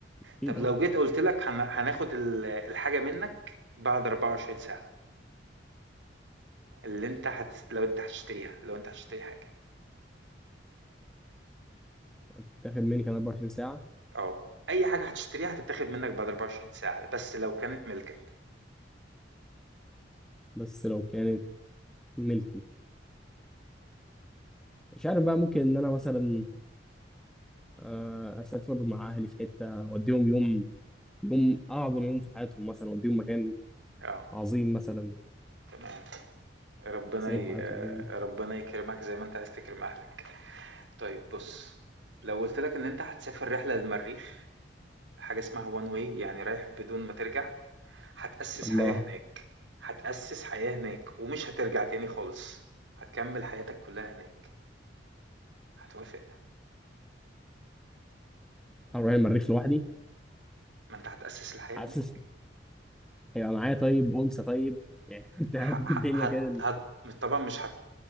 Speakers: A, in the centre; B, on the right (about 85°).
A: اكيد
B: طب لو
A: اه
B: جيت قُلت لك هن هناخد ال الحاجة منك بعد 24 ساعة، اللي أنت هتس لو أنت هتشتريها، لو أنت هتشتري حاجة،
A: هتتاخد مني كمان 24 ساعه
B: آه، أي حاجة هتشتريها هتتاخد منك بعد 24 ساعة، بس لو كانت ملكك،
A: بس لو كانت ملكي مش عارف بقى ممكن ان انا مثلا آه، اسافر مع اهلي في حته اوديهم يوم يوم اعظم يوم في حياتهم مثلا اوديهم مكان
B: آه،
A: عظيم مثلا
B: تمام، ربنا
A: احسن يوم
B: ي
A: في حياتهم يعني
B: ربنا يكرمك زي ما أنت عايز تكرم أهلك. طيب بُص، لو قُلت لك إن أنت هتسافر رحلة للمريخ، حاجة اسمها one way يعني رايح بدون ما ترجع، هتأسّس
A: الله
B: حياة هناك، هتأسّس حياة هناك ومش هترجع تاني خالص، هتكمّل حياتك كلّها هناك، هتوافق؟
A: انا رايح المريخ لوحدي
B: ما أنت هتأسّس الحياة
A: حاسس
B: هناك،
A: هيبقى معايا طيب انثى طيب يعني <laughs>
B: ح
A: تهدي
B: ح
A: الدنيا
B: هت
A: كده
B: هت طبعًا مش هت